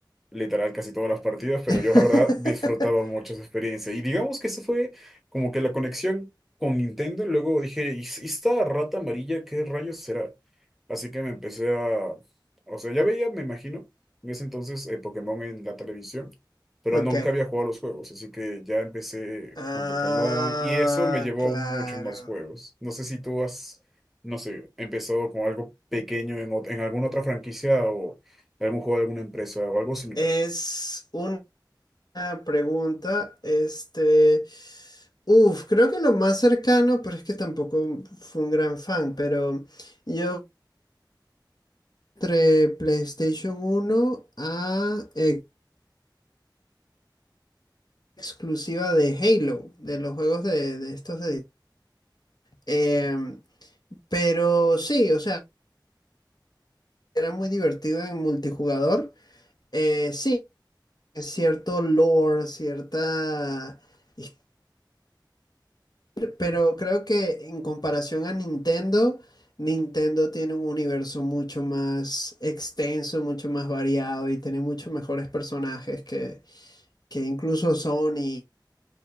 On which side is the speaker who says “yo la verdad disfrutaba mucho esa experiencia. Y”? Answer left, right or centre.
Centre